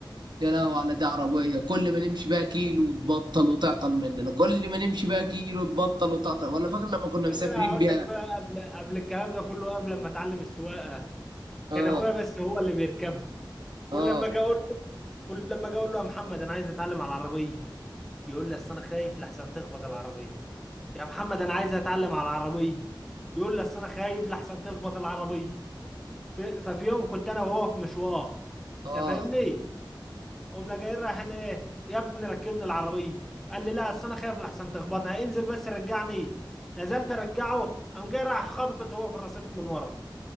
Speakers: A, on the right (about 60°); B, in the centre.
A: يا لهوي على ده عربية كل ما نمشي بقى كيلو تبطل وتعطل مننا كل ما نمشي بقى كيلو تبطل وتعطل ولا فاكر لما كنا مسافرين
B: طب انا هقول
A: بيها
B: لك بقى قبل قبل الكلام ده كله قبل ما اتعلم السواقه
A: اه
B: كان اخويا بس هو اللي بيركبها كل
A: اه
B: لما اجي اقول له كل لما اجي اقول له يا محمد انا عايز اتعلم على العربيه يقول لي اصل انا خايف لحسن تخبط العربيه يا محمد انا عايز اتعلم على العربيه يقول لي اصل انا خايف لحسن تخبط العربيه ف- ففي يوم كنت انا وهو في مشوار انت
A: اه
B: فاهمني قمنا جايين رايحين ايه يا ابني ركبني العربيه قال لي لا اصل انا خايف لحسن تخبطها انزل بس رجعني نزلت ارجعه قام جاي راح خبط هو في الرصيف من ورا